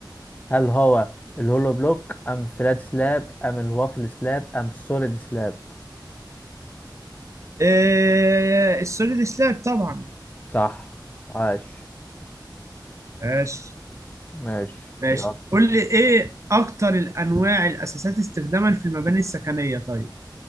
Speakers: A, on the left; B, on the right.
A: هل هو الهولو بلوك ام فلات سلاب ام الوافل سلاب ام السوليد سلاب
B: ايه السوليد سلاب طبعا
A: صح عاش
B: ماشي
A: ماشي
B: ماشي
A: يلا
B: قول لي ايه اكتر الانواع الاساسات استخداما في المباني السكنية طيب